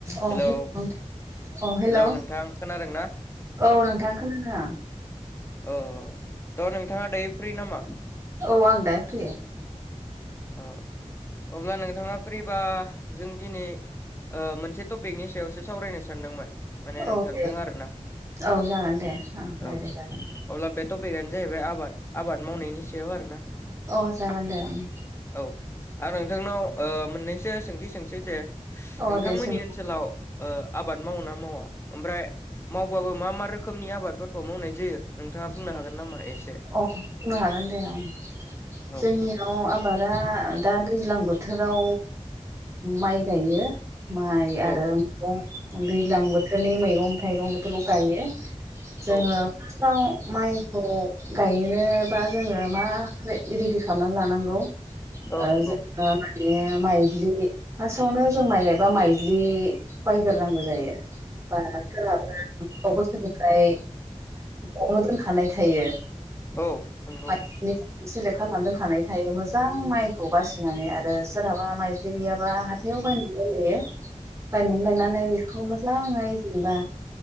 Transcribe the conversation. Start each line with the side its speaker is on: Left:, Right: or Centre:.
Right: अ
Left: hello
Right: हेल अ हेल'
Left: हेलौ नोंथां खोनादों ना?
Right: औ नोंथां खोनादों आं।
Left: अ थ' नोंथाङा दायो फ्रि नामा?
Right: औ आं दा फ्रि।
Left: अ अब्ला नोंथाङा फ्रिबा जों दिनै ओ मोनसे टपिकनि सायावसो सावरायनो सानदोंमोन। माने
Right: औ
Left: नोंथांजों
Right: दे
Left: आरोना
Right: औ जागोन दे ओं रायज्लाय
Left: औ
Right: जागोन
Left: अब्ला बे टपिकआनो जाहैबाय आबाद आबाद मावनायनि सायाव आरो ना।
Right: अ जागोन दे उम।
Left: औ आं नोंथांनाव ओ मोननैसो सोंथि सोंसै जे
Right: अ
Left: नोंथांमोननि
Right: दे सों
Left: ओन सोलाव ओ आबाद मावो ना मावा ओमफ्राय मावबाबो मा मा रोखोमनि आबादफोरखौ मावनाय जायो? नोंथाङा
Right: <unintelligible>
Left: बुंनो हागोन नामा एसे
Right: अ बुंनो हागोन दे उम
Left: औ
Right: जोंनि आव आबादा दा दैज्लां बोथोराव माइ गायो। माइ आरो
Left: औ
Right: मैगं दैज्लां बोथोरनि मैगं थाइगं बेफोरखौ गायो। जोङो
Left: औ
Right: <unintelligible> माइखौ गायनोबा जोङो मा रेडि खालामना लानांगौ?
Left: औ
Right: ओ
Left: औ
Right: जोंओ माने माइज्लि फासआवनो जों माइ गायबा माइलि बायग्रोनांगौ जायो बा सोरहाबो <inaudible> बोसोरनिफ्राय न'आवनो दोनखानाय थायो
Left: औ नंगौ
Right: माइज्लिनि थाखाय। सिलेक्ट खालामनानै दोनखानाय थायो मोजां माइखौ बासिनानै आरो सोरहाबा माइज्लि गैयाबा हा हाथायाव बायनानै लायो बायनानै लायनानै बेखौ मोजाङै जेनेबा